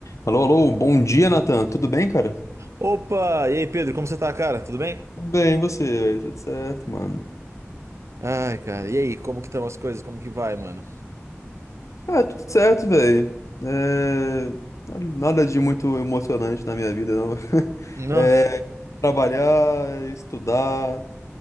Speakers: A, on the left; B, on the right.
A: Alô, alô, bom dia, Nathan. Tudo bem, cara?
B: Opa! E aí, Pedro, como você tá, cara? Tudo bem?
A: Tudo bem, e você, velho? Tudo certo, mano.
B: Ai, cara, e aí, como que estão as coisas? Como que vai, mano?
A: Ah, tudo certo, velho. É... Nada de muito emocionante na minha vida, não. <laughs>
B: Não,
A: É... Trabalhar, estudar,